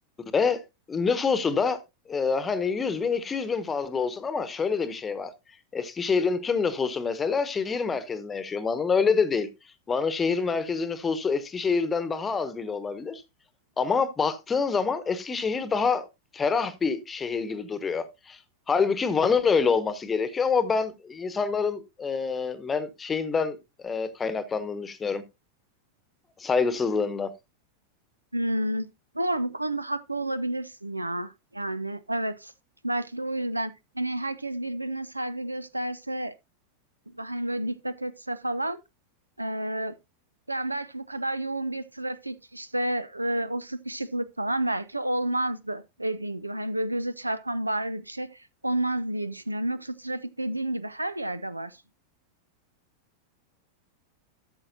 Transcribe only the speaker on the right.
Hmm. Doğru bu konuda haklı olabilirsin ya. Yani evet. Belki de o yüzden hani herkes birbirine saygı gösterse hani böyle dikkat etse falan ee, yani belki bu kadar yoğun bir trafik işte e, o sıkışıklık falan belki olmazdı dediğin gibi. Hani böyle göze çarpan bariz bir şey olmaz diye düşünüyorum. Yoksa trafik dediğin gibi her yerde var.